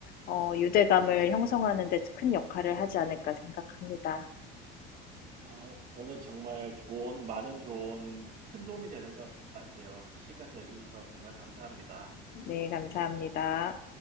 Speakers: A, on the left; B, on the right.
A: 어, 유대감을
B: 네.
A: 형성하는 데 큰 역할을 하지 않을까 생각합니다.
B: 아, 오늘 정말 좋은, 많은 좋은 큰 도움이 되는 것 같아요. 시간 내주셔서 정말 감사합니다.
A: 네, 감사합니다.